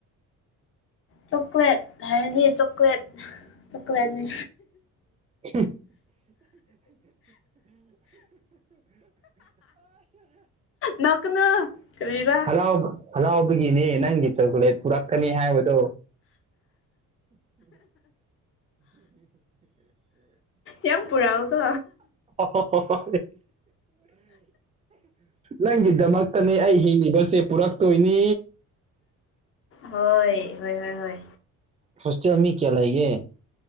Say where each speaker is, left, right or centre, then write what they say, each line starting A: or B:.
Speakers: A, on the left (about 40°); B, on the right (about 20°).
A: ꯆꯣꯀ꯭ꯂꯦꯠ ꯍꯥꯏꯔꯗꯤ ꯆꯣꯀ꯭ꯂꯦꯠ ꯆꯀ꯭ꯂꯦꯠꯅꯤ
B: <unintelligible>
A: ꯅꯣꯛꯀꯅꯨ ꯀꯔꯤꯔꯥ
B: ꯍꯜꯂꯣ ꯍꯂꯥꯎꯕꯒꯤꯅꯦ ꯅꯪꯒꯤ ꯆꯣꯀ꯭ꯂꯦꯠ ꯄꯨꯔꯛꯀꯅꯤ ꯍꯥꯏꯕꯗꯣ <unintelligible> ꯇ
A: ꯌꯥꯝ ꯄꯨꯔꯛꯑꯣꯀꯣ
B: ꯍ ꯅꯪꯒꯤꯗꯃꯛꯇꯅꯦ ꯑꯩ ꯍꯤꯡꯉꯤꯕꯁꯦ ꯄꯨꯔꯛꯇꯣꯏꯅꯤ
A: ꯍꯣꯏ ꯍꯣꯏ ꯍꯣꯏ ꯍꯣꯏ
B: ꯍꯣꯁꯇꯦ ꯑꯃꯃꯤ ꯀꯌꯥ ꯂꯒꯦ